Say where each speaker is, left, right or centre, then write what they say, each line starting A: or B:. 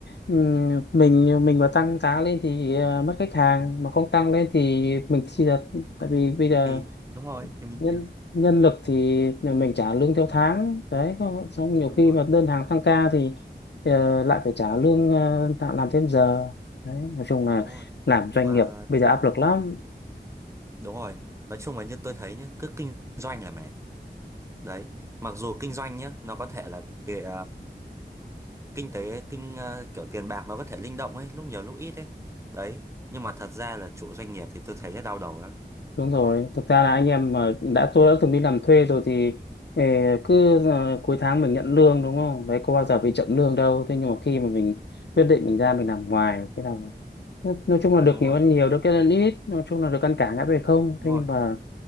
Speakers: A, on the left (about 75°); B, on the right (about 15°).
A: ừm, mình mình mà tăng giá lên thì ờ, mất khách hàng mà không tăng lên thì mình chỉ là tại vì bây giờ
B: Thì đúng rồi, thì mình
A: nhân
B: thiệt.
A: nhân lực thì nhà mình trả lương theo tháng đấy có- xong nhiều
B: Đúng
A: khi
B: rồi,
A: mà đơn hàng tăng ca thì ờ, lại phải trả lương ờ, tạo làm thêm giờ đấy nói chung là
B: đúng rồi.
A: làm
B: Nhưng
A: doanh
B: mà
A: nghiệp bây giờ áp lực lắm
B: đúng rồi, nói chung là như tôi thấy nhá, cứ kinh doanh là mệt. Đấy, mặc dù kinh doanh nhá, nó có thể là tiền kinh tế kinh ờ, kiểu tiền bạc nó có thể linh động ấy, lúc nhiều lúc ít ấy. Đấy, nhưng mà thật ra là chủ doanh nghiệp thì tôi thấy là đau đầu lắm.
A: đúng rồi thực ra là anh em mà đã tôi đã từng đi làm thuê rồi thì ờ, cứ ờ, cuối tháng mình nhận lương đúng không đấy có bao giờ bị chậm lương đâu thế nhưng mà khi mà mình quyết định mình ra mình làm ngoài thế nào nói, nói chung là được
B: Đúng
A: nhiều
B: rồi,
A: ăn nhiều được cái ăn ít nói chung là được ăn cả ngã về không
B: đúng
A: thế
B: rồi,
A: nhưng mà